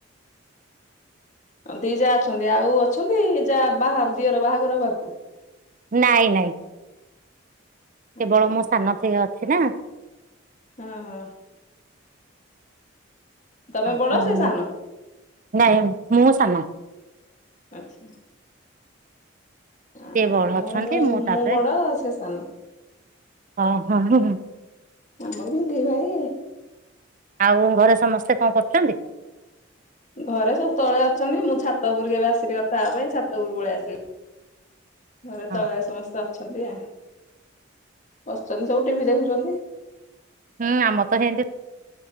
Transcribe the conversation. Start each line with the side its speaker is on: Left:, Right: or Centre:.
Left: ଅଁ ଦି ଯା ଅଛନ୍ତି ଆଉ ଅଛନ୍ତି ଯା ବାହା ଦିଅର ବାହାଘର ହବାକୁ?
Right: ନାଇଁ ନାଇଁ। କେବଳ
Left: ଅଛନ୍ତି
Right: ମୋ ସାନ ଥେ ଅଛି ନା।
Left: ହଁ ହଁ। ତମେ
Right: ହଁ
Left: ବଡ
Right: ହଁ
Left: ସେ
Right: ମୁଁ
Left: ସାନ?
Right: ନାଇଁ ମୁଁ ସାନ।
Left: ଆଚ୍ଛା। ଆ
Right: ସିଏ ବଡ
Left: ଆମ
Right: ଅଛନ୍ତି
Left: ଘରେ ମୁଁ
Right: ତାପରେ
Left: ମୁଁ ବଡ଼ ସେ ସାନ।
Right: ହଁ ହଁ ହଁ।
Left: ଆମର ବି ଦି ଭାଇ।
Right: ଆଉ ଘରେ ସମସ୍ତେ କଁ କରୁଚନ୍ତି?
Left: ଘରେ ସବୁ ତଳେ ଅଛନ୍ତି ମୁଁ ଛାତ ଓପୁରୁକୁ ଏବେ ଆସିଲି କଥା ହବା ପାଇଁ ଛାତ ଓପୁରୁ ପଳିଆସିଲି। ଘରେ
Right: ହଁ
Left: ତଳେ ସମସ୍ତେ ଅଛନ୍ତି ଆ ବସିଚନ୍ତି ସବୁ ଟି ଭି ଦେଖୁଚନ୍ତି।
Right: ହୁଁ ଆମର ତ ହେନ୍ତି